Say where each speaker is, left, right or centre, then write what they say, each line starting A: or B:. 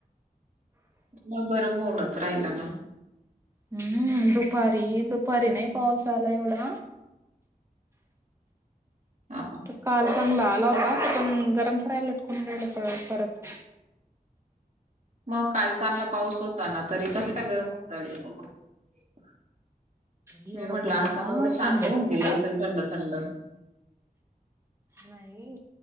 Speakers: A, on the right (about 55°); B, on the right (about 20°).
A: मग घर बऊनच राहिला ना
B: हम्म दुपारी दुपारी नाही पाऊस आला एवढा
A: हा
B: तर काल चांगला आला होता त पण गरम करायला लटकून ग्यायला परत
A: मग काल चांगला पाऊस होता ना तरी कस का गरम होऊन राहिल तुम्हाला
B: एवढं
A: मी म्हटलं
B: गरम
A: आता
B: हो ना
A: मत शांत
B: सांगूच
A: होऊन
B: नको
A: गेलं असेल थंड थंड
B: नाही